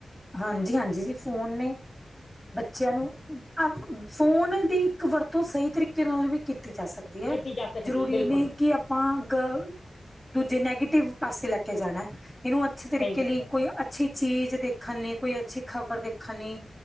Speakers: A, in the centre; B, on the left.
A: ਹਾਂਜੀ ਹਾਂਜੀ ਜੀ ਫੋਨ ਨੇ ਬੱਚਿਆਂ ਨੂੰ ਫੋਨ ਦੀ ਇੱਕ ਵਰਤੋਂ ਸਹੀ ਤਰੀਕੇ ਨਾਲ ਵੀ ਕੀਤੀ ਜਾ ਸਕਦੀ
B: ਕੀਤੀ ਜਾ ਸਕਦੀ
A: ਜਰੂਰੀ
B: ਹੈ ਬਿਲਕੁਲ
A: ਨਹੀਂ ਕਿ ਆਪਾਂ ਗਲ ਦੂਜੇ ਨੈਗੇਟਿਵ ਪਾਸੇ ਲੈ ਕੇ ਜਾਣਾ ਇਹਨੂੰ ਅੱਛੇ ਤਰੀਕੇ
B: ਸਹੀ ਗੱਲ
A: ਲਈ
B: ਹੈ
A: ਕੋਈ ਅੱਛੀ ਚੀਜ਼ ਦੇਖਣ ਲਈ ਕੋਈ ਅੱਛੀ ਖ਼ਬਰ ਦੇਖਣ ਲਈ